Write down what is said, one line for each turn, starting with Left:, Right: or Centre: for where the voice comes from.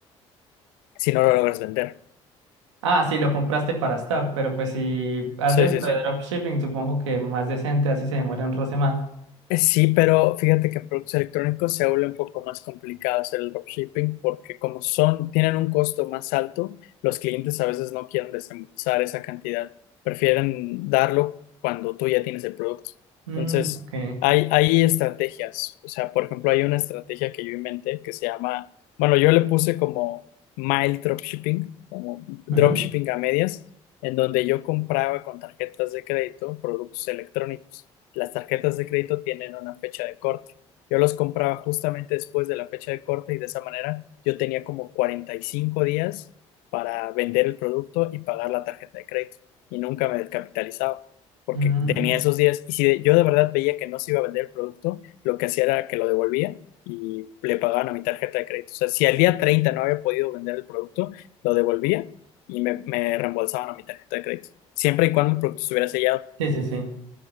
Left: si no lo logras vender.
Right: Ah, sí, lo compraste para stock, pero pues si haces
Left: Sí, sí,
Right: lo
Left: sí.
Right: de dropshipping, supongo que más decente, así se demora un roce más.
Left: Eh, Sí, pero fíjate que en productos electrónicos se vuelve un poco más complicado hacer el dropshipping porque como son, tienen un costo más alto, los clientes a veces no quieren desembolsar esa cantidad, prefieren darlo cuando tú ya tienes el producto.
Right: Mm,
Left: Entonces,
Right: ok.
Left: hay, hay estrategias, o sea, por ejemplo, hay una estrategia que yo inventé que se llama, bueno, yo le puse como mild dropshipping, como dropshipping
Right: Ujú.
Left: a medias, en donde yo compraba con tarjetas de crédito productos electrónicos las tarjetas de crédito tienen una fecha de corte. Yo los compraba justamente después de la fecha de corte y de esa manera yo tenía como 45 días para vender el producto y pagar la tarjeta de crédito y nunca me descapitalizaba porque
Right: Mm,
Left: tenía
Right: mm,
Left: esos días y si de- yo de verdad veía que no se iba a vender el producto, lo que hacía era que lo devolvía y le pagaban a mi tarjeta de crédito. O sea, si al día 30 no había podido vender el producto, lo devolvía y me, me reembolsaban a mi tarjeta de crédito, siempre y cuando el producto estuviera sellado.
Right: sí, sí, sí.